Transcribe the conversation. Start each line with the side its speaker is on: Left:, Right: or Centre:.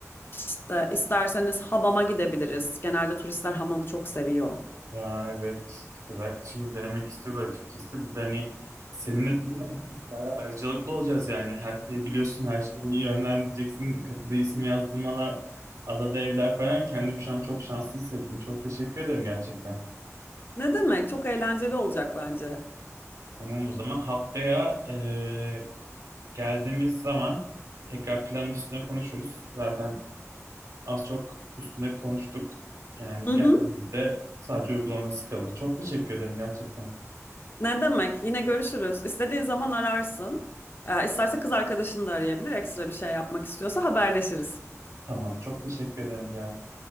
Left: İşte isterseniz hamama gidebiliriz. Genelde turistler hamamı çok seviyor.
Right: Ya evet, kız arkadaşım da denemek istiyordu açıkçası. Bir de hani seninle <laughs> bayağı ayrıcalıklı olacağız yani. Her şeyi biliyorsun, her şeyi yönlendireceksin. Kapıda isim yazdırmalar, adada evler falan. Kendimi şu an çok şanslı hissettim. Çok teşekkür ederim gerçekten.
Left: Ne demek? Çok eğlenceli olacak bence.
Right: Tamam o zaman haftaya eee, geldiğimiz zaman tekrar planın üstüne konuşuruz. Zaten az çok üstüne konuştuk. Yani
Left: Hı
Right: geldiğimizde
Left: hı.
Right: sadece uygulaması kalır. Çok teşekkür ederim gerçekten.
Left: Ne demek? Yine görüşürüz. İstediğin zaman ararsın. E, isterse kız arkadaşını da arayabilir. Ekstra bir şey yapmak istiyorsa haberleşiriz.
Right: Tamam, çok teşekkür ederim Ceren.